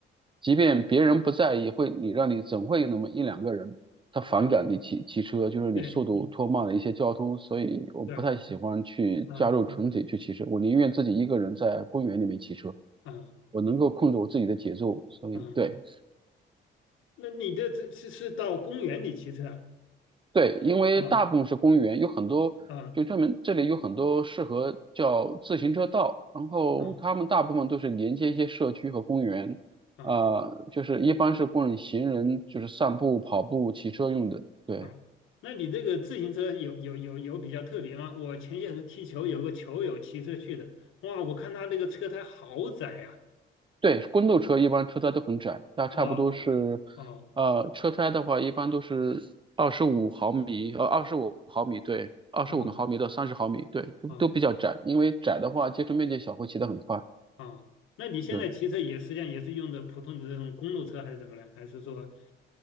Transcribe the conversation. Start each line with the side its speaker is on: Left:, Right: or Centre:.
Right: 即便别人不在意，会你让你总会有那么一两个人他反感你骑骑车，
Left: 啊
Right: 就是你速度拖慢了一些交通，
Left: 对
Right: 所以我不太喜欢去加入群体去骑车，
Left: 对啊
Right: 我宁愿自己一个人在公园里面骑车。
Left: 对啊
Right: 我能够控制我自己的节奏，所以对，
Left: 啊！那你这这是是到公园里骑车啊？
Right: 对，因为大部分是公园，
Left: 啊
Right: 有很多就专门这里有很多适合叫自行车道，
Left: 啊
Right: 然后他们大部分都是连接一些社区和公园，
Left: 啊！啊
Right: 呃，就是一般是供行人就是散步、跑步、骑车用的。对
Left: 啊，那你这个自行车有有有有比较特别吗？我前些时踢球，有个球友骑车去的，哇，我看他那个车胎好窄呀、
Right: 对，公路车一般车胎都很窄，那差不多是，
Left: 哦哦
Right: 呃，车胎的话一般都是二十五毫米，呃，二十五毫米，对，二十五毫米到三十毫米，
Left: 哦
Right: 对，都都比较窄，
Left: 哦
Right: 因为窄的话接触面积小，会骑得很快。
Left: 哦，那你现在骑车也实际上也是用的普通的这种公路车还是怎么呢？
Right: 是。
Left: 还是说